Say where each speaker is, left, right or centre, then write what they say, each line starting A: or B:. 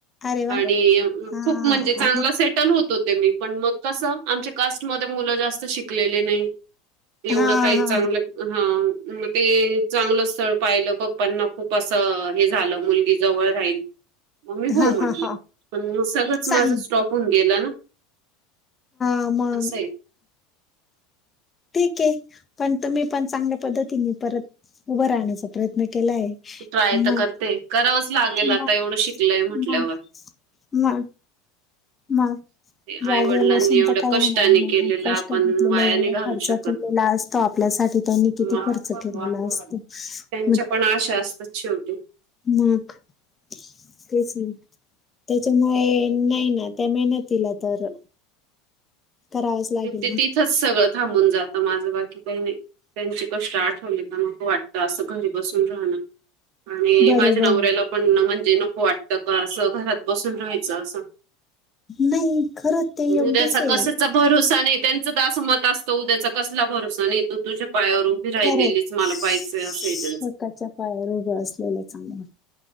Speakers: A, on the left (about 25°); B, on the right (about 60°).
A: अरे वा
B: आणि
A: हा
B: खूप म्हणजे चांगला
A: आणि
B: सेटल होत मी पण मग कस आमच्या कास्ट म मुलं जास्त शिकलेले नाही एवढं
A: हा
B: काही
A: हा
B: चांगलं हा मग ते चांगलं स्थळ पाहिलं पप्पांना खूप असं हे झालं मुलगी जवळ राहील मग मी हो
A: हा
B: म्हटली
A: हा हा
B: पण सगळंच
A: सांग
B: माझ स्टॉप होन गेलं ना
A: आम
B: असं
A: ठीक आहे पण तुम्ही पण चांगल्या पद्धतीने परत उभं राहण्याच प्रयत्न केला आहे
B: ट्राय
A: म
B: तर करते करावंच लागेल आता
A: म
B: एवढं शिकलय म्हटल्यावर.
A: म मग मग जाागेवर
B: आई वडिलांनी
A: बसून
B: एवढं
A: तर काय
B: कष्टाने
A: होणार
B: केलेलं
A: कष्ट
B: आपण
A: घटलेलं
B: वाया
A: एवढं
B: नाही घालू
A: खर्च
B: शकत.
A: केलेला असतो आपल्यासाठी त्यांनी किती
B: मग
A: खर्च केलेला असतो
B: त्यांच्या
A: मग
B: पण आशा असतात शेवटी
A: मग तेच नाही त्याच्यामुळे नाही ना त्या मेहनत तला तर करावंच लागेल
B: तिथंच
A: ना
B: सगळं थांबून जातं माझं बाकी काही नाही त्यांची कष्ट आठवली का नक वाटत असं घरी बसून राहणं आणि
A: बरोबर
B: माझ्या नवऱ्याला पण म्हणजे नको वाटतं का असं घरात बसून राहायचं असं
A: नाही खरंच ते
B: उद्याचा
A: योग्यच आहे
B: कशाचा भरोसा नाही त्यांच दास मत असतं उद्याचा कसला भरोसा नाही तो तुझ्या पायावरून ी राहिलेलीच
A: खरंच
B: मला पाहियचं
A: स्वतःच्या
B: असंच
A: पायावर उभं असलेलं चांगलं